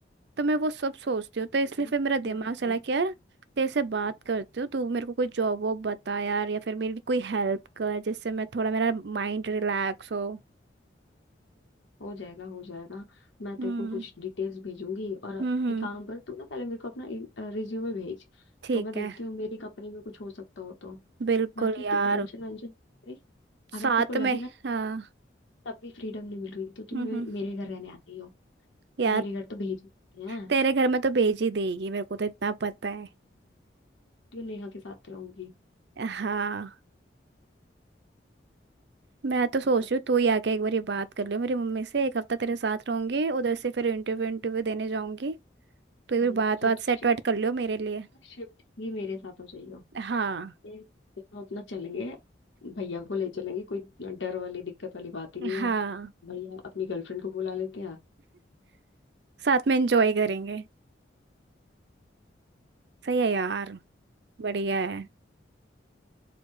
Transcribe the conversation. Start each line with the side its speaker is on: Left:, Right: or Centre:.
Right: तो मैं वो सब सोचती हूँ तो इसलिए
Left: मैंने,
Right: फिर मेरा दिमाग
Left: तू भी
Right: चला
Left: कर
Right: कि यार तेरे से बात करती हूँ तू मेरे को कोई जॉब वॉब बता यार या फिर मेरी कोई हेल्प कर जिससे मैं थोड़ा मेरा माइंड रिलैक्स हो
Left: हो जाएगा हो जाएगा मैं तेरे
Right: हम्म
Left: को कुछ डिटेल्स भेजूंगी और
Right: हम्म हम्म,
Left: एक काम कर तू ना पहले मेरे को अपना रिज्यूमे भेज
Right: ठीक
Left: तो मैं देखती
Right: है
Left: हूँ मेरी कंपनी में कुछ हो सकता हो तो
Right: बिल्कुल
Left: बाकी इतनी
Right: यार
Left: टेंशन वेंशन नहीं।
Right: साथ
Left: अगर तेरे को लगे
Right: में
Left: ना
Right: हाँ
Left: तब भी फ्रीडम नहीं मिल रही तो तू
Right: हम्म
Left: मे-
Right: हम्म
Left: मेरे घर रहने आती हो
Right: यार
Left: मेरे घर तो भेज ही देते हैं
Right: तेरे घर में तो भेज ही देगी मेरे को तो इतना पता है
Left: तू नेहा के साथ रहूंगी
Right: हाँ मैं तो सोच
Left: तो ठीक-
Right: रही हूँ तू ही आके एक बार ये बात कर ले मेरी मम्मी से एक हफ्ता तेरे साथ रहूंगी उधर से फिर इंटरव्यू इंटरव्यू देने जाऊंगी तो ये
Left: हम्म,
Right: बात
Left: फिर
Right: बात सेट
Left: शिफ्ट
Right: वेट कर लियो मेरे लिए
Left: शिफ्ट भी मेरे साथ हो जाइयो
Right: हाँ
Left: ये दोनों अपना चलेंगे भैया को ले चलेंगे कोई डर वाली दिक्कत वाली बात ही नहीं
Right: हाँ
Left: है भैया अपनी गर्लफ्रेंड को बुला लेते हैं
Right: साथ में एंजॉय करेंगे सही है यार बढ़िया है